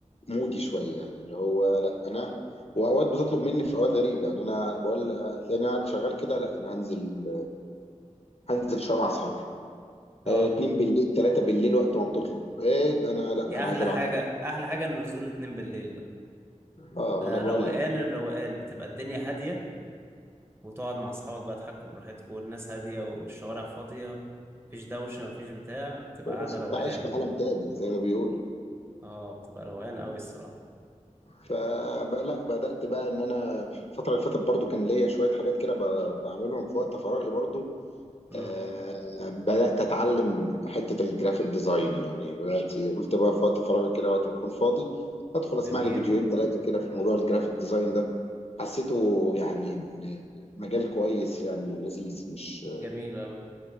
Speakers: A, on the left; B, on the right.
A: مودي شويه يعني اللي هو لا انا واوقات بتطلب مني في اوقات غريبه يعني انا بقول هتلاقيني قاعد شغال كده لا انا هنزل هنزل شويه مع اصحابي
B: اه
A: آه، اتنين بالليل تلاتة بالليل وقت ما بتطلب ايه ده انا لا
B: دي
A: انا
B: أحلى
A: عايز العب
B: حاجة
A: كورة
B: أحلى حاجة النزول اتنين بالليل ده
A: اه
B: ده
A: ما انا بقول
B: روقان
A: لك
B: الروقان بتبقى الدنيا هادية وتقعد مع أصحابك بقى تحكوا براحتكوا والناس هادية والشوارع فاضية مفيش دوشة مفيش بتاع بتبقى قاعدة
A: بس
B: روقان
A: انت عايش في عالم تاني زي ما بيقولوا
B: اه بتبقى روقان أوي الصراحة
A: فبقى لا بدأت بقى ان انا في الفترة اللي فاتت برضو كان ليا شوية حاجات كده ب- بعملهم في وقت فراغي برضو
B: امم
A: آه بدأت اتعلم حتة الجرافيك ديزاين يعني بدأت قلت بقى في وقت فراغي كده وقت ما اكون فاضي ادخل اسمع
B: جميل
A: لي فيديوهين ثلاثة كده في موضوع الجرافيك ديزاين ده حسيته يعني مجال كويس يعني لذيذ مش
B: جميل أوي